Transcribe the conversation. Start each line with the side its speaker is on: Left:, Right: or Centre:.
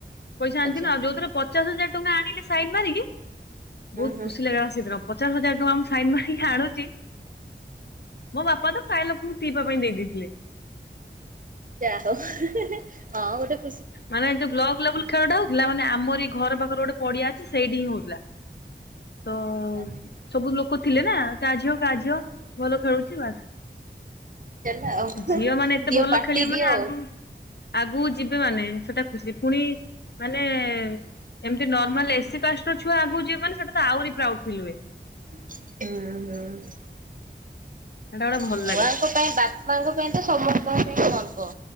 Left: ପଇସା ଆଣିଥିଲି
Right: ଆଚ୍ଛା।
Left: ଆଉ ଯୋଉ ଥର ପଚାଶ ହଜାର ଟଙ୍କା ଆଣିଲି ସାଇନ ମାରିକି
Right: ହୁଁ
Left: ବହୁତ୍
Right: ହୁଁ
Left: ଖୁସି ଲାଗିଲା। ସେଦିନପଚାଷ ହଜାର ଟଙ୍କା ମୁଁ ସାଇନ୍ ମାରିକି ଆଣୁଛି। ମୋ ବାପା ତ ପ୍ରାୟ ଲୋକଙ୍କୁ ପିଇବା ପାଇଁ ଦେଇ ଦେଇ ଥିଲେ।
Right: ଯାହାହଉ ହଁ ଗୋଟେ ଖୁ
Left: ମାନେ ଯୋଉ ବ୍ଲାକ୍ ଲେବୁଲ ଖେଳଟା ହଉଥିଲା ମାନେ ଆମର ଘର ପାଖରେ ଗୋଟେ ପଡ଼ିଆ ଅଛି ସେଇଠି ହିଁ ହଉଥିଲା। ତ
Right: ଆଛା
Left: ସବୁ ଲୋକ ଥିଲେ ନା କାହା ଝିଅ କାହା ଝିଅ ଭଲ ଖେଳୁଛି ବାସ୍।
Right: ଚାଲ ଆଉ
Left: ଝିଅ ମାନେ ଏତେ
Right: ଦିଅ
Left: ଭଲ
Right: ପାଟି
Left: ଖେଳିବେ
Right: ଦିଅ
Left: ମାନେ ଆଗକୁ।
Right: ଆଉ।
Left: ଆଗକୁ ଯିବେ ମାନେ ସେଟା ଖୁସି ପୁଣି ମାନେ ଏମିତି ନର୍ମାଲ ଏସି କାଷ୍ଟର ଛୁଆ ଆଗକୁ ଯିବେମାନେ ସେଟା ତ ଆହୁରି ପ୍ରାଉଡ ଫିଲ୍ ହୁଏ।
Right: ହୁଁ ହୁଁ।
Left: ସେଟା ଗୋଟେ ଭଲ
Right: ଛୁଆଙ୍କ
Left: ଲାଗେ
Right: ପାଇଁ ବାପା, ମାଆଙ୍କ ପାଇଁ ତ ସମସ୍ତଙ୍କ ପାଇଁ ଗର୍ବ।